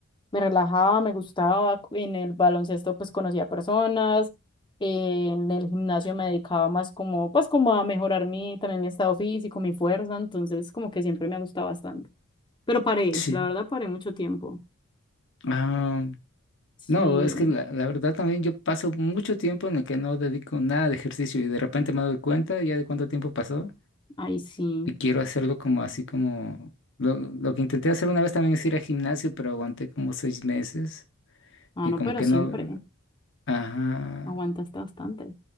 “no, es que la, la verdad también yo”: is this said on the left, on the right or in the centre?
Left